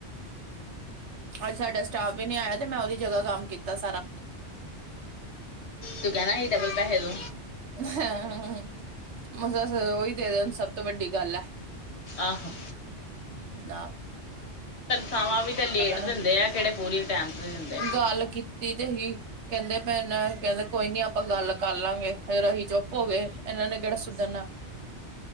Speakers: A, on the right; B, on the left.
A: ਅੱਜ ਸਾਡਾ ਸਟਾਫ ਵੀ ਨੀ ਆਇਆ ਤੇ ਮੈਂ ਉਹਦੀ ਜਗ੍ਹਾ ਕੰਮ ਕੀਤਾ ਸਾਰਾ
B: ਤੂੰ ਕਹਿਨਾ ਹੀ ਡਬਲ ਪੈਹੈ ਦੋ।
A: ਹ ਮੱਸਾ ਉਹੀ ਦੇ ਦੇਣ ਸਭ ਤੋਂ ਵੱਡੀ ਗੱਲ ਹੈ।
B: ਆਹੋ
A: ਦਾ
B: ਥਾਵਾਂ ਵੀ ਤੇ ਲੇਟ ਦਿੰਦੇ
A: ਨਾ
B: ਆ ਕਿਹੜੇ ਪੂਰੀ ਟਾਈਮ ਤੇ ਦਿੰਦੇ
A: ਗੱਲ ਕੀਤੀ ਤੇ ਹੀ। ਕਹਿਦੇ ਪੈ ਨ ਇਹਨਾਂ ਕਹਿਦੇ ਕੋਈ ਨੀ ਆਪਾਂ ਗੱਲ ਕਰ ਲਾਂਗੇ ਫੇਰ ਰਹੀ ਚੁੱਪ ਹੋ ਗਏ ਇਹਨਾਂ ਨੇ ਕਿਹੜਾ ਸੁਧਰਣਾ।